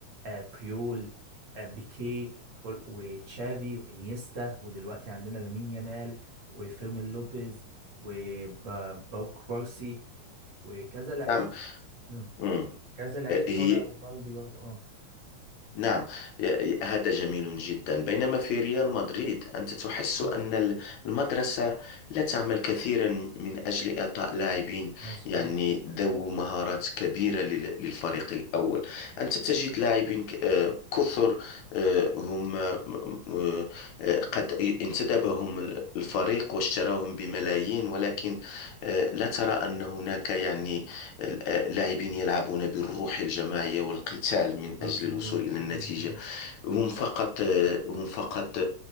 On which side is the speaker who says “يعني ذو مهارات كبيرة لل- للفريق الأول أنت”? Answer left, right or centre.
Left